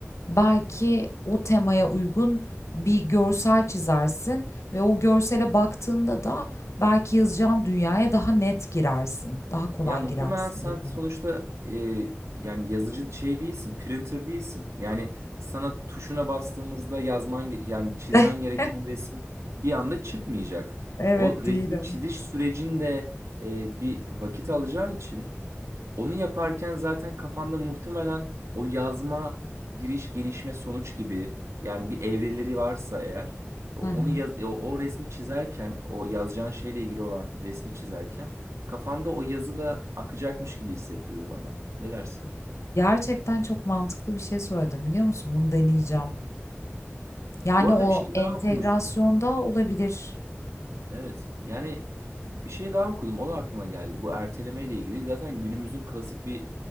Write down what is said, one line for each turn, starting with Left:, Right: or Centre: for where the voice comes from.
Left: belki o temaya uygun bir görsel çizersin ve o görsele baktığında da belki yazacağın dünyaya daha net girersin, daha kolay
Right: Ya muhtemelen
Left: girersin
Right: sen
Left: gibi.
Right: sonuçta e, yani yazıcı şey değilsin, printer değilsin. Yani sana tuşuna bastığımızda yazman ge- yani çizmen
Left: <laughs>
Right: gereken resim bir anda çıkmayacak.
Left: Evet,
Right: O resmi
Left: değilim.
Right: çiziş sürecinde e, bir vakit alacağı için onu yaparken zaten kafanda muhtemelen o yazma, giriş, gelişme, sonuç gibi yani bir evreleri varsa eğer o-
Left: Hı hı.
Right: onu yaz, o, o resmi çizerken o yazacağın şeyle ilgili olan resmi çizerken kafanda o yazı da akacakmış gibi hissettirdi bana. Ne dersin?
Left: Gerçekten çok mantıklı bir şey söyledim biliyor musun? Bunu deneyeceğim. Yani
Right: Bu arada
Left: o
Right: bir şey
Left: entegrasyonda
Right: daha okumuştum.
Left: olabilir.
Right: Evet. Yani bir şey daha okudum. O da aklıma geldi. Bu erteleme ile ilgili. Zaten günümüzün klasik bir